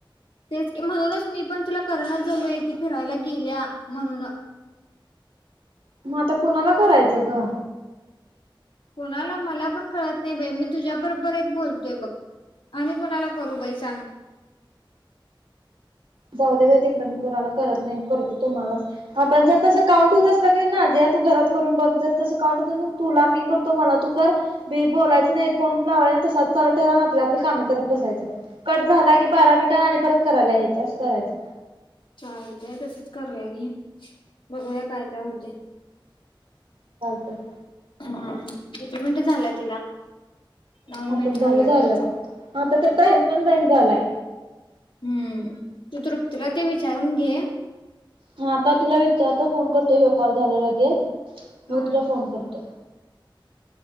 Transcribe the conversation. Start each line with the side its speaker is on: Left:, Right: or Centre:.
Left: तेच की. म्हणूनच मी पण तुला करेंनाच झालोय की फिरायला गेल्या म्हणून-
Right: म आता कुणाला करायचा ग?
Left: कोणाला? मला पण कळत नाही बाई मी तुझ्या बरोबर एक बोलतोय बघ. आणि कोणाला करू बाई सांग.
Right: जाऊ दे बाई तिकडं. मी कुणाला करत नाही. करतो तुम्हालाच आपण जर तसं काउंट होत असलं तरी ना जा या तू घरात करून बघ जर तसं काउंट होत तुला मी करतो मला तू कर मी बोलायचं नाही फोन जाऊ दे बाई तिकडं मी कुणाला करत नाई, करती तुम्हालाच. हा पण जर तसं काउंट होत असल नाझिया तू घरात करून बघ. जर तसं काउंट होत असल तर तुला मी करतो मला तू कर, ते बोलायचं नायी फोन लावायचा तसाच चालू ठेवून आपली आपली कामं करत बसायचं. कट झाला की बारा मिनिटांनी आणि परत करायला यायचं. करायचं.
Left: चालतंय, तसंच करू या की. बघूया काय काय होतय.
Right: त.
Left: ह्म्म, किती मिनटं झाल्या तिला? नऊ
Right: आता
Left: मिनिट झाल्यात
Right: दऊ झालंत
Left: आता
Right: आ <unintelligible> टाइम पण जाईन झालाय.
Left: हम्म. तू तृप्तीला ते विचारून घे.
Right: हा तर तिला विचारतो, फोन करतो, ह्यो कॉल झाला लगेच, मग
Left: हा
Right: तुला फोन करतो.